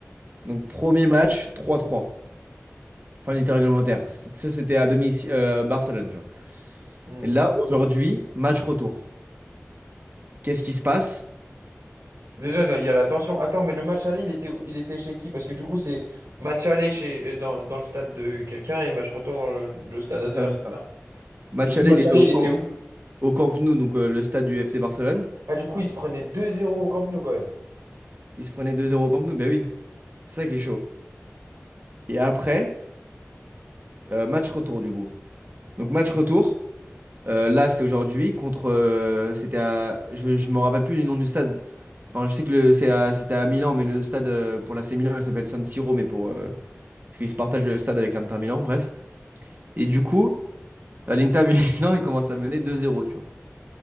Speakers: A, on the right; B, on the right.
A: Donc, premier match, 3-3. Fin du temps réglementaire. C'était- Ça, c'était à domicile, euh, Barcelone, tu vois.
B: Hmm.
A: Et là, aujourd'hui, match retour. Qu'est-ce qui se passe?
B: Déjà, là, il y a la tension. Attends, mais le match aller, il était, il était chez qui? Parce que du coup, c'est match aller chez, dans, dans le stade de quelqu'un et match retour dans le, le stade adverse,
A: C'est ça, c'est
B: c'est
A: ça.
B: ça?
A: Match
B: Du coup,
A: aller,
B: match
A: il était
B: aller,
A: au
B: il
A: camp,
B: était où?
A: au Camp Nou, donc euh, le stade du FC Barcelone.
B: Ah, du coup, il se prenait deux zéro au Camp Nou quand même.
A: Il se prenait 2-0 au Camp Nou, ben oui. C'est ça qui est chaud. Et après, euh, match retour, du coup. Donc, match retour, euh, là, c'était aujourd'hui, contre. euh, c'était à. Je, je me rappelle plus du nom du stade. Enfin, je sais que le, c'est à- c'était à Milan, mais le stade euh, pour l'AC Milan, il s'appelle San Siro, mais pour. euh, parce qu'ils se partagent le stade avec l'Inter Milan, bref. Et
B: Mhm.
A: du coup. À l'Inter <laughs> Milan, il commence à mener 2-0, tu vois.